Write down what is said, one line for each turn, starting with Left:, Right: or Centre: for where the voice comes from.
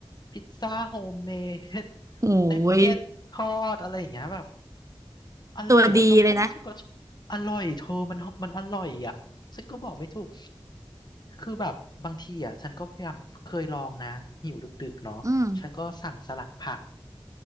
Left: พิซซ่าโฮมเมด
Right: โอ้
Left: นัอืก <laughs> มเก็ตทอดอะไรอย่างเงี้ยแบบ
Right: ย
Left: อร่อยอ่ะอถ้าพูดีฉันก็ะอร่อยเธอมันมันอร่อยอ่ะฉันก็บอกไม่ถูก
Right: ตัวดีเลยนะ
Left: คือแบบบางทีอ่ะฉันก็พยายามเคยลองนะหิวดึกๆเนาะฉันก็สั่งสลัดผัก
Right: อืม